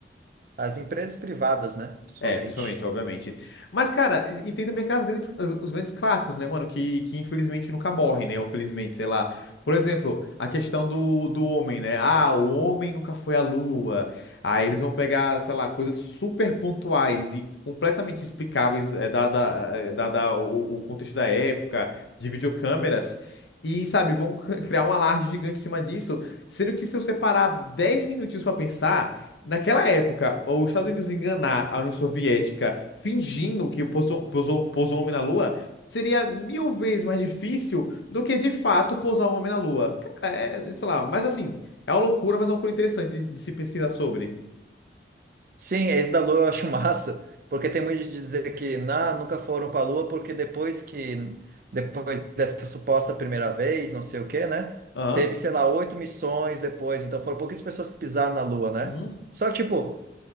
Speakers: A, on the right (about 50°); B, on the left (about 90°).
A: As empresas privadas, né? Principalmente.
B: É, principalmente, obviamente. Mas, cara, e, e tem também aquelas grandes, ah, os grandes clássicos, né, mano, que, que infelizmente nunca morrem, né, ou felizmente, sei lá. Por exemplo, a questão do, do homem, né? Ah, o homem nunca foi à lua. Aí eles vão pegar, sei lá, coisas super pontuais e completamente explicáveis, é, dada, é, dada o, o contexto da época, de videocâmeras. E, sabe, vão c- criar um alarde gigante em cima disso, sendo que se eu separar 10 minutinhos pra pensar. Naquela época, os Estados Unidos enganar a União Soviética fingindo que pousou, pousou, pousou um homem na Lua seria mil vezes mais difícil do que de fato pousar um homem na Lua. Cara, é, sei lá, mas assim, é uma loucura, mas é uma loucura interessante de, de se pesquisar sobre.
A: Sim, esse da Lua eu acho <laughs> massa, porque tem muito de dizer que nah, nunca foram para a Lua, porque depois que depois dessa suposta primeira vez, não sei o quê, né?
B: Aham.
A: Teve, sei lá, oito missões depois, então foram poucas pessoas que pisaram na Lua, né?
B: Uhum.
A: Só que, tipo,